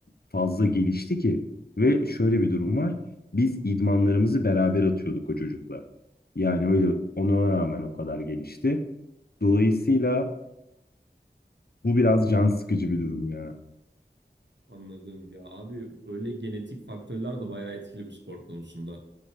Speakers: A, on the left; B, on the right.
A: fazla gelişti ki ve şöyle bir durum var. Biz idmanlarımızı beraber atıyorduk o çocukla. Yani öyle ona rağmen o kadar gelişti. Dolayısıyla bu biraz can sıkıcı bir durum ya.
B: Anladım ya abi öyle genetik faktörler de bayağı etkili bu spor konusunda.